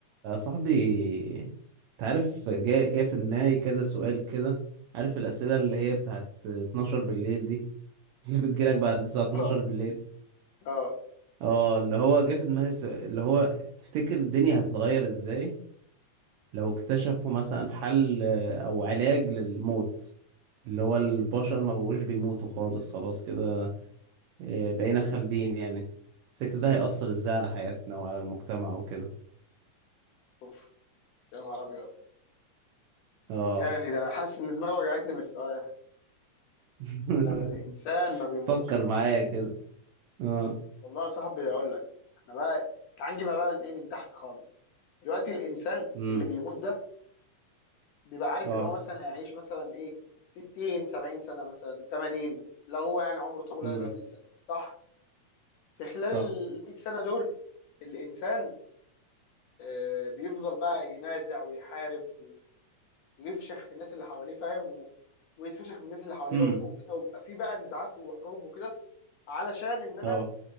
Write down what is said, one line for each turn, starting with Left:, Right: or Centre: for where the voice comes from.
Right: يا صاحبي تعرف جاء جاء في دماغي كذا سؤال كده عارف الأسئلة اللي هي بتاعت 12 بالليل دي <laughs> اللي بتجيلك بعد الساعة 12
Left: اه
Right: بالليل
Left: اه
Right: اه اللي هو جاء في دماغي سؤال اللي هو تفتكر الدنيا هتتغير ازاي لو اكتشفوا مثلا حل آه، أو علاج للموت اللي هو البشر ما بقوش بيموتوا خالص خلاص كده آه، بقينا خالدين يعني تفتكر ده هيأثر ازاي على حياتنا وعلى المجتمع وكده
Left: اوف يا نهار ابيض
Right: اه
Left: يعني ده انا حاسس ان دماغي وجعتني من السؤال
Right: <laughs>
Left: لو الانسان ما بيموتش
Right: فكر معايا كده آه.
Left: والله يا صاحبي اقول لك احنا بقى تعال نجيبها بقى من ايه من تحت خالص دلوقتي الانسان
Right: امم
Left: اللي بيموت ده بيبقى عارف
Right: اه
Left: ان هو مثلا هيعيش مثلا ايه 60 70 سنه مثلا 80 لو هو يعني عمره طويل
Right: امم
Left: هيبقى 100 سنه صح في خلال
Right: صح
Left: ال 100 سنه دول الانسان آه، بيفضل بقى ينازع ويحارب ويفشخ في الناس اللي حواليه فاهم و... ويتفشخ من الناس اللي حواليه
Right: امم
Left: برضه وكده ويبقى في بقى نزاعات وحروب وكده علشان ان انا
Right: اه